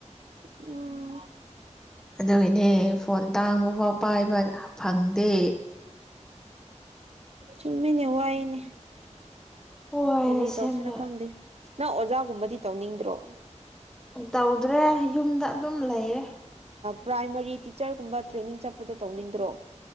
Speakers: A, on the right (about 60°); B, in the centre.
A: ꯎꯝ
B: ꯑꯗꯣ ꯅꯦ ꯐꯣꯟ ꯇꯥꯡꯕꯐꯥꯎ ꯄꯥꯏꯕ ꯐꯪꯗꯦ
A: ꯆꯨꯝꯃꯤꯅꯦ ꯋꯥꯏꯅꯦ
B: ꯍꯣꯏ
A: ꯀꯔꯤ
B: ꯑꯁꯦꯡꯕ
A: ꯇꯧꯁꯤꯔ ꯈꯪꯗꯦ ꯅꯪ ꯑꯣꯖꯥꯒꯨꯝꯕꯗꯤ ꯇꯧꯅꯤꯡꯗ꯭ꯔꯣ
B: ꯇꯧꯗ꯭ꯔꯦ ꯌꯨꯝꯗ ꯑꯗꯨꯝ ꯂꯩꯔꯦ
A: ꯄ꯭ꯔꯥꯏꯃꯔꯤ ꯇꯤꯆꯔꯒꯨꯝꯕ ꯇ꯭ꯔꯦꯅꯤꯡ ꯆꯠꯄꯗꯣ ꯇꯧꯅꯤꯡꯗ꯭ꯔꯣ